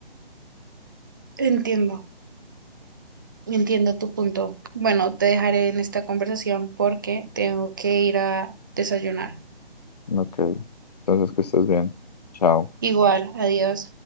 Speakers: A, on the right; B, on the left.
A: entiendo, entiendo tu punto. Bueno, te dejaré en esta conversación porque tengo que ir a desayunar.
B: Ok, entonces que estés bien. Chao.
A: Igual, adiós.